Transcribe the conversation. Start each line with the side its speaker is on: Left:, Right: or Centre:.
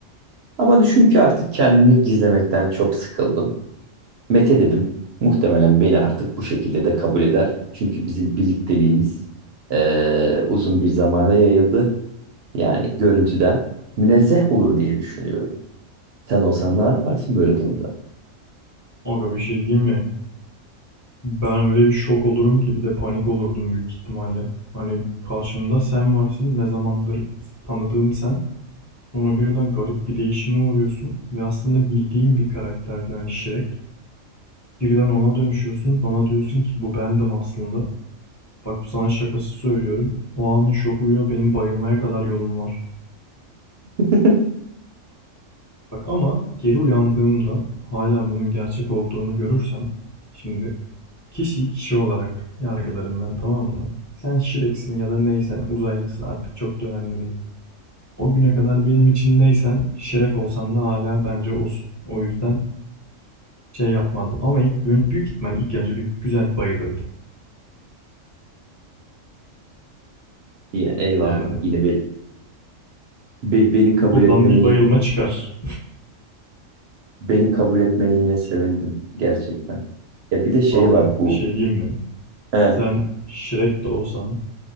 Right: Ama düşün ki artık kendimi gizlemekten çok sıkıldım. Mete dedim. Muhtemelen beni artık bu şekilde de kabul eder. Çünkü bizim birlikteliğimiz eee, uzun bir zamana yayıldı. Yani görüntüden münezzeh olur diye düşünüyorum. Sen olsan ne yaparsın böyle durumda?
Left: Aga bir şey diyeyim mi? Ben öyle bir şok olurum ki bir de panik olurdum büyük ihtimalle. Hani karşımda sen varsın ne zamandır tanıdığım sen. Sonra birden garip bir değişime uğruyorsun ve aslında bildiğim bir karakterdi hani Shrek. Birden ona dönüşüyorsun bana diyorsun ki bu bendim aslında. Bak sana şakası söylüyorum. O anın şokuyla benim bayılmaya kadar yolum var.
Right: <laughs>
Left: Bak ama geri uyandığımda hala bunun gerçek olduğunu görürsem şimdi kişiyi kişi olarak yargılarım ben, tamam mı? Sen Shrek'sin ya da neysen, uzaylısın artık çok da önemli değil. O güne kadar benim için neysen, Shrek olsan da hala bence olsun. O yüzden şey yapmazdım ama ilk büyük, büyük ihtimal ilk önce bir güzel bayılırdım.
Right: İyi, eyvallah.
Left: Yani
Right: Yine be- be- beni kabul
Left: buradan
Right: etmene
Left: bir
Right: yine
Left: bayılma çıkar.
Right: beni kabul etmene yine sevindim gerçekten. Ya
Left: <laughs>
Right: bir de şey
Left: Vallahi
Right: var bu.
Left: bir şey diyeyim mi?
Right: He,
Left: Sen Shrek de olsan,